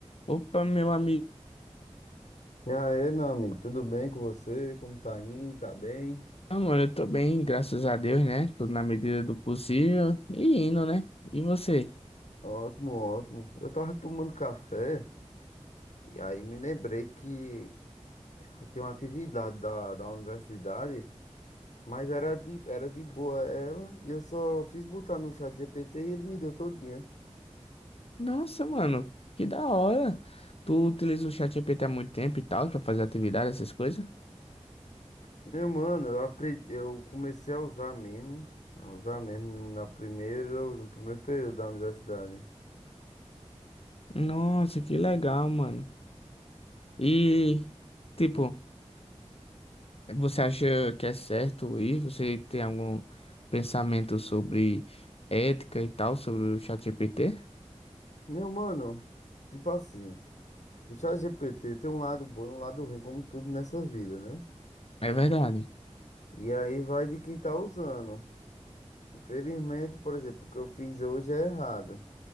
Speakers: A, on the left; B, on the left.
A: Opa, meu amigo,
B: E aí, meu amigo, tudo bem com você? Como tá indo? Tá bem?
A: amor, eu tô bem, graças a Deus, né? Tudo na medida do possível e indo, né? E você?
B: Ótimo, ótimo. Eu tava tomando café e aí me lembrei que eu tenho uma atividade da, da universidade, mas era de, era de boa ela e eu só fiz botar no chat GPT e ele me deu todinha.
A: Nossa, mano, que da hora. Tu utiliza o ChatGPT há muito tempo e tal, pra fazer atividade, essas coisas?
B: Meu mano, eu aprendi, eu comecei a usar mesmo, a usar mesmo no- na primeira, no primeiro período da universidade.
A: Nossa, que legal, mano. E, tipo, você acha que é certo isso? Você tem algum pensamento sobre ética e tal, sobre o ChatGPT?
B: Meu mano, tipo assim, o chat GPT tem um lado bom e um lado ruim, como tudo nessa vida, né?
A: É verdade.
B: E aí vai de quem tá usando. Infelizmente, por exemplo, o que eu fiz hoje é errado.